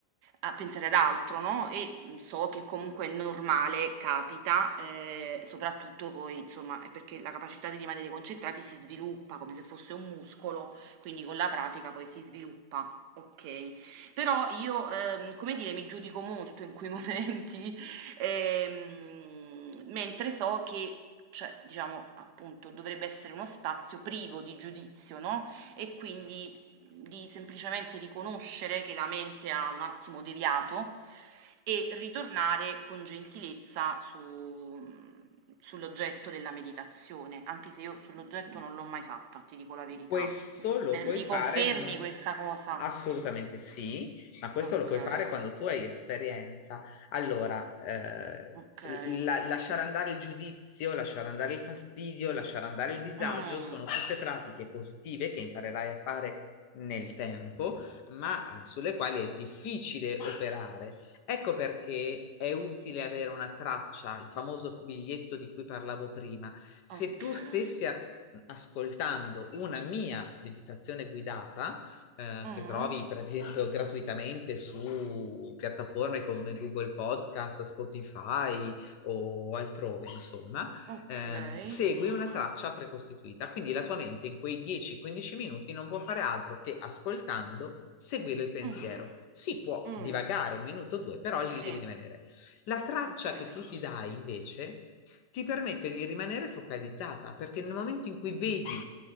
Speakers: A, on the right; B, on the left.
A: a pensare ad altro, no, e, mhmm, so che comunque è normale, capita, ehm, soprattutto poi insomma è perché la capacità di rimanere concentrati si sviluppa come se fosse un muscolo, quindi con la pratica poi si sviluppa, okay. Però io, ehm, come dire, mi giudico molto in quei <laughs> momenti Ehm, mentre so che cioè, diciamo, appunto, dovrebbe essere uno spazio privo di giudizio, no, e quindi di semplicemente riconoscere che la mente ha un attimo deviato e ritornare con gentilezza su mhmm, sull'oggetto della meditazione, anche se io sull'oggetto non l'ho mai fatta, ti dico la verità.
B: Questo lo
A: Me
B: puoi
A: mi
B: fare,
A: confermi
B: non-
A: questa cosa?
B: assolutamente sì, ma questo
A: Okay,
B: lo puoi fare quando tu hai esperienza. Allora, eh,
A: okay.
B: la- lasciare andare il giudizio, lasciare andare il fastidio, lasciare andare il disagio
A: Mh.
B: sono tutte pratiche positive che imparerai a fare nel tempo, ma eh, sulle quali è difficile operare. Ecco perché è utile avere una traccia, il famoso biglietto di cui parlavo prima. Se
A: Okay.
B: tu stessi a ascoltando una mia meditazione guidata eh,
A: Mh-mh,
B: che trovi per esempio gratuitamente su piattaforme come Google Podcast, Spotify o altrove, insomma,
A: okay.
B: ehm, segui una traccia precostituita. Quindi la tua mente in quei 10-15 minuti non può fare altro che ascoltando seguire il pensiero.
A: Mh.
B: Si può
A: Mh.
B: divagare un minuto o due, però lì
A: Sì,
B: devi rimanere. La traccia
A: okay.
B: che tu ti dai invece ti permette di rimanere focalizzata, perché nel momento in cui vedi